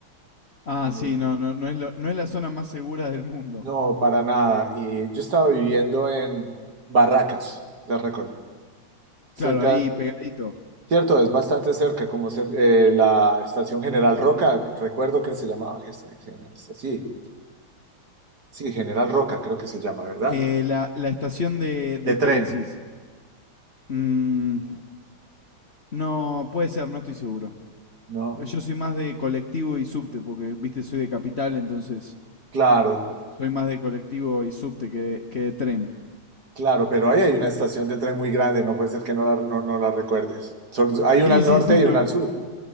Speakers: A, on the left; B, on the right.
A: Ah,
B: Eh,
A: sí, no, no, no es lo- no es la zona más segura del mundo.
B: no, para nada. Y yo estaba viviendo en Barracas, ya recuerdo, cerca,
A: Claro, ahí pegadito.
B: Cierto, es bastante cerca, como cer- eh, la estación General Roca, recuerdo que se llamaba Gest- General, este, sí, sí, General Roca creo que se llama, ¿verdad?
A: Eh, la, la estación de,
B: De
A: ¿de
B: tren,
A: qué decís? Mm, no, puede ser, no estoy seguro.
B: ¿no?
A: Pues Yo soy más de colectivo y subte, porque, viste, soy de capital, entonces
B: Claro,
A: soy más de colectivo y subte que de, que de tren.
B: claro, pero ahí hay una estación de tren muy grande, no puede ser que no la, no, no la recuerdes. Solo- hay una
A: Sí,
B: al
A: sí,
B: norte
A: sí,
B: y
A: lo,
B: una al sur.